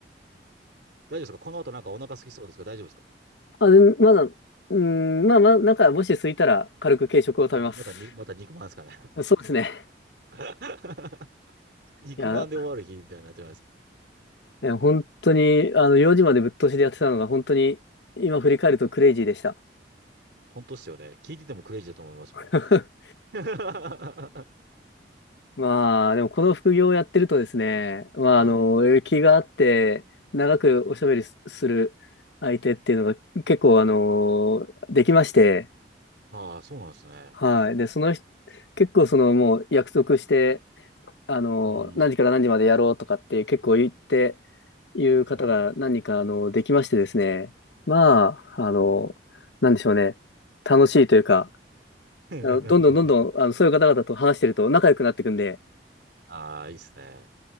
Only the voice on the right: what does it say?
大丈夫ですかこの後なんかお腹空きそうですか大丈夫ですか
またに、またに、また肉まんですかね。
<laughs> 肉まんで終わる日みたいになってますか。
本当っすよね。聞いててもクレイジーだと思いますもん。
<laughs> は
い。
ああ、そうなんですね。
うん。
うん。
は
い。<laughs>
ああ、いいっすね。